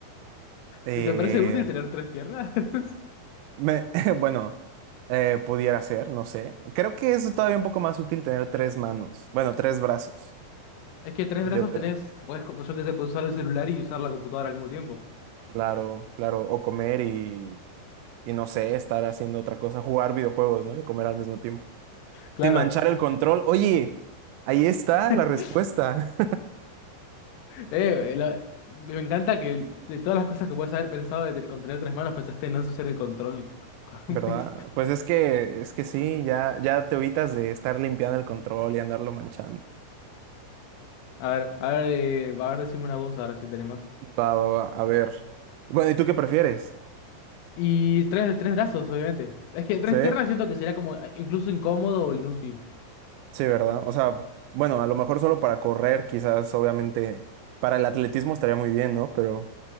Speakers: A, on the right (about 85°); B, on the left (about 80°).
A: Eh,
B: ¿Te parece útil tener tres piernas? <laughs>
A: me, <laughs> bueno, eh, pudiera ser, no sé. Creo que es todavía un poco más útil tener tres manos. Bueno, tres brazos,
B: Es que tres
A: yo
B: brazos
A: creo.
B: tenés, puedes, como yo que sé, puedes usar el celular y usar la computadora al mismo tiempo.
A: Claro, claro. O comer y, y no sé, estar haciendo otra cosa, jugar videojuegos, ¿no? Y comer al mismo tiempo.
B: Claro,
A: Sin manchar el control. Oye, ahí está
B: <laughs>
A: la respuesta,
B: Eh, la- me encanta que de todas las cosas que puedes haber pensado de, te- con tener tres manos, pensaste en no ensuciar el control. <laughs>
A: <laughs>
B: con
A: ¿verdad?
B: un bit.
A: Pues es que, es que sí, ya, ya te evitas de estar limpiando el control y andarlo manchando.
B: A ver, a ver, eh, a ver, decime una voz ahora si tenemos.
A: Va, va, va, a ver. Bueno, ¿y tú qué prefieres?
B: Y tres, tres brazos, obviamente. Es que tres
A: Sí,
B: piernas siento que sería como eh, incluso incómodo o inútil.
A: sí, ¿verdad? O sea, bueno, a lo mejor solo para correr, quizás, obviamente, para el atletismo estaría muy bien, ¿no? Pero,